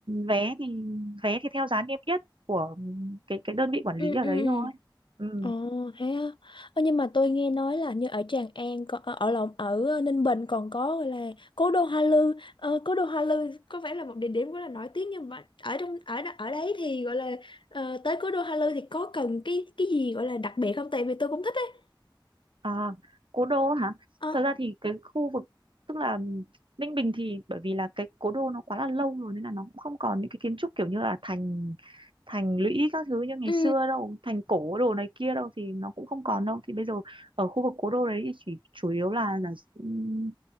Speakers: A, on the right; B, on the left.
A: vé thì vé thì theo giá niêm yết của cái cái đơn vị quản
B: ừ,
A: lý ở
B: ừ.
A: đấy
B: ừ.
A: thôi ừ.
B: Ồ thế á. Ơ, nhưng mà tôi nghe nói là như ở Tràng An còn ở ở lộn ở ờ, Ninh Bình còn có gọi là cố đô Hoa Lư. Ờ, cố đô Hoa Lư có vẻ là một địa điểm rất là nổi tiếng nhưng mà ở trong ở đó- ở đấy thì gọi là ờ, tới cố đô Hoa Lư thì có cần cái cái gì gọi là đặc biệt không? Tại vì tôi cũng thích ấy.
A: à, cố đô hả
B: Ờ.
A: thật ra thì cái khu vực tức là Ninh Bình thì bởi vì là cái cố đô nó quá là lâu rồi nên là nó cũng không còn những cái kiến trúc kiểu như là thành thành lũy các thứ như ngày
B: Ừ
A: xưa đâu thành cổ đồ này kia đâu thì nó cũng không còn đâu thì bây giờ ở khu vực cố đô đấy thì chỉ chủ yếu là là ừm,